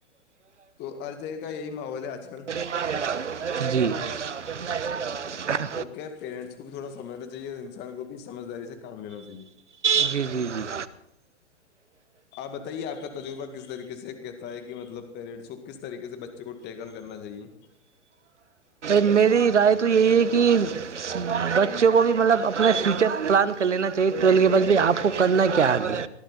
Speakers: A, on the left; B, on the right.
A: تو ہر جگ کا یہی ماحول ہے آج کل
B: <unintelligible> <unintelligible> <unintelligible>
A: تو کیا پیرنٹس کو بھی تھوڑا سمجھنا چاہیے اور انسان کو بھی سمجھداری سے کام لینا چاہیے
B: جی جی جی
A: آپ بتائیے آپ کا تجربہ کس طریقے سے کہتا ہے کہ مطلب پیرنٹس کو کس طریقے سے بچے کو ٹیکل کرنا چاہیے
B: میری رائے تو یہی ہے کہ بچوں کو بھی مطلب اپنا فیچر پلان کر لینا چاہے ٹرل کے بعد بھ آپ کو کرنا کیا آگے